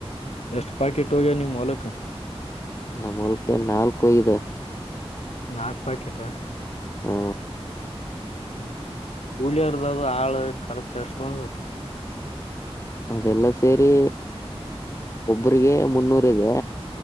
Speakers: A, on the left; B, on the left.
A: ಎಷ್ಟು ಪ್ಯಾಕೆಟ್ ಹೋಗ್ಯ ನಿಮ್ಮ ಹೊಲಕ
B: ನಮ್ಮ ಹೊಲ್ಕೆ ನಾಲ್ಕು ಐದು
A: ನಾಲ್ಕು ಪಾಕೆಟ
B: ಹಾ
A: ಹ್ಮ ಹುಳಿಯರ್ದ ಅದು ಆಳ ಖರ್ಚ ಎಷ್ಟ ಬಂದ
B: ಅದೆಲ್ಲಾ ಸೇರಿ ಒಬ್ರಿಗೆ ಮುನ್ನೂರ ಇದೆ